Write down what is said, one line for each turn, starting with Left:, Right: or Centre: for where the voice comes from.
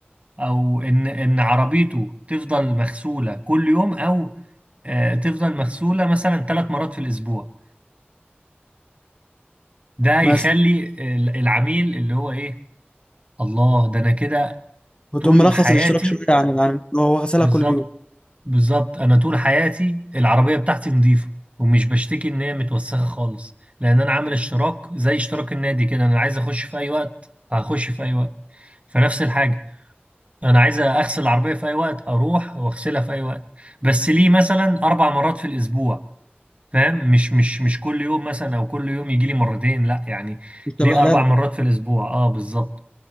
Right: او ان ان عربيته تفضل مغسوله كل يوم او آه، تفضل مغسوله مثلا ثلاث مرات في الاسبوع ده يخلي
Left: مثلا
Right: ال- العميل اللي هو ايه الله ده انا كده
Left: وتقوم
Right: طول
Left: مرخص
Right: حياتي
Left: الاشتراك شويه عن عن هو غسلها
Right: بالظبط
Left: كل يوم
Right: بالظبط انا طول حياتي العربية بتاعتي نظيفة ومش بشتكي ان هي متوسخة خالص لان انا عامل اشتراك زي اشتراك النادي كده انا عايز اخش في اي وقت هخش في اي وقت فنفس الحاجة انا عايز اغسل العربية في اي وقت اروح واغسلها في اي وقت بس ليه مثلا اربع مرات في الاسبوع فاهم مش مش مش كل يوم مثلا او كل يوم يجي لي مرتين لا يعني
Left: مش تبقى
Right: ليه
Left: هلاله
Right: اربع مرات في الاسبوع اه بالظبط